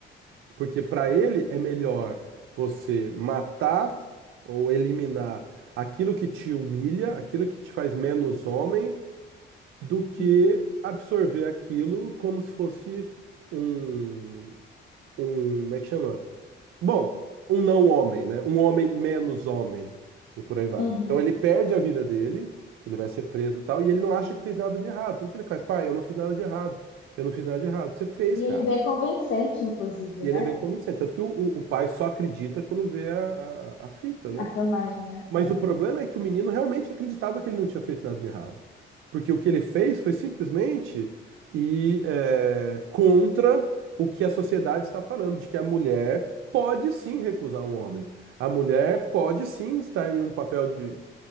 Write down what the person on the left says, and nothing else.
é.
Uhum.
Uhum.
E
ele é bem convincente, inclusive,
né?
A filmagem, né?
É.